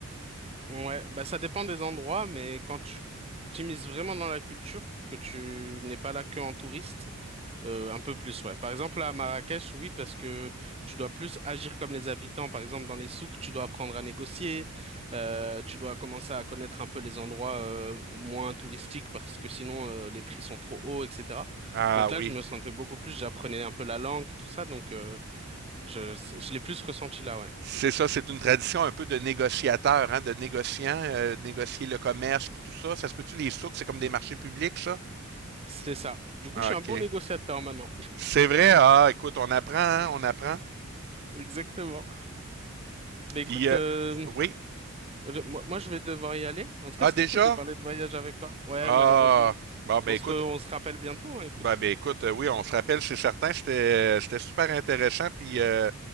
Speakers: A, on the right (about 25°); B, on the right (about 45°).
A: Ouais, bah ça dépend des endroits, mais quand tu t'immisces vraiment dans la culture, que tu n'es pas là que en touriste. Euh, un peu plus, ouais. Par exemple, là, à Marrakech, oui, parce que tu dois plus agir comme les habitants. Par exemple, dans les souks, tu dois apprendre à négocier. euh, tu dois commencer à connaître un peu les endroits euh, moins touristiques parce que sinon, euh, les prix sont trop hauts, etc.
B: Ah
A: Donc là,
B: oui.
A: je me sentais beaucoup plus, j'apprenais un peu la langue, tout ça. Donc, euh, je, je l'ai plus ressenti là, ouais.
B: C'est ça, c'est une tradition un peu de négociateur, hein, de négociant, euh, de négocier le commerce puis tout ça. Ça se peut-tu les souks, c'est comme des marchés publics, ça?
A: C'est ça. Du coup,
B: Ah,
A: je suis
B: OK.
A: un bon négociateur maintenant.
B: C'est vrai, ah, écoute, on apprend, hein, on apprend.
A: <laughs> Exactement. Bah écoute,
B: Puis, euh,
A: euh,
B: oui.
A: Je- Moi, moi, je vais devoir y aller. En tout
B: Ah,
A: cas, c'était
B: déjà?
A: cool de parler de voyage avec toi. Ouais,
B: Ah,
A: malheureusement.
B: bon, ben
A: On
B: écoute,
A: se, re- on se rappelle bientôt, hein, écoute.
B: Ben, ben écoute, euh, oui, on se rappelle, c'est certain, c'était c'était super intéressant, puis euh,